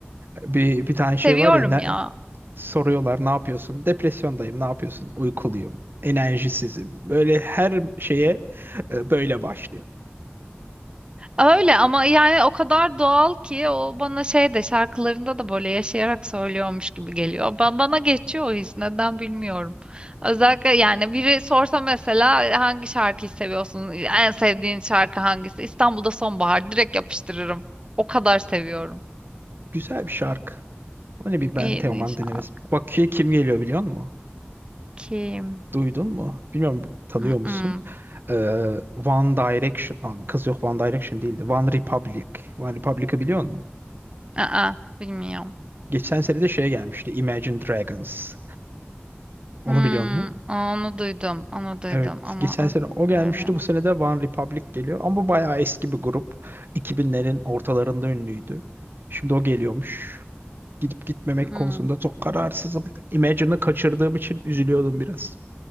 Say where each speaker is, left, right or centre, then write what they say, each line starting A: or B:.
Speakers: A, on the right; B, on the right.
A: Bir, bir tane şey
B: <laughs> Seviyorum
A: var ya ne,
B: ya.
A: soruyorlar ne yapıyorsun? Depresyondayım ne yapıyorsun? Uykuluyum. Enerjisizim. Böyle her şeye e, böyle başlıyor.
B: Öyle ama yani o kadar doğal ki o bana şey de şarkılarında da böyle yaşayarak söylüyormuş gibi geliyor. Ben bana geçiyor o his neden bilmiyorum. Özellikle yani biri sorsa mesela hangi şarkıyı seviyorsun? En sevdiğin şarkı hangisi? İstanbul'da Sonbahar direkt yapıştırırım. O kadar seviyorum.
A: Güzel bir şarkı. Öyle bir ben
B: En
A: Teoman
B: iyi şarkı
A: denemez. Bakü'ye kim geliyor biliyor musun?
B: kim?
A: Duydun mu? Bilmiyorum tanıyor
B: Mm-mm.
A: musun? Ee, One Direction. Aa, Kız yok One Direction değildi. One Republic. One Republic'ı biliyor musun?
B: Aa, bilmiyorum.
A: Geçen sene de şey gelmişti. Imagine Dragons.
B: Hmm,
A: Onu biliyor musun?
B: onu duydum, onu duydum
A: Evet.
B: ama
A: Geçen
B: aa,
A: sene
B: bilmiyorum.
A: o gelmişti.
B: ya.
A: Bu sene de One Republic geliyor. Ama bu bayağı eski bir grup. 2000'lerin ortalarında ünlüydü. Şimdi o geliyormuş. Gidip gitmemek
B: Hmm.
A: konusunda çok kararsızım. Imagine'ı kaçırdığım için üzülüyordum biraz.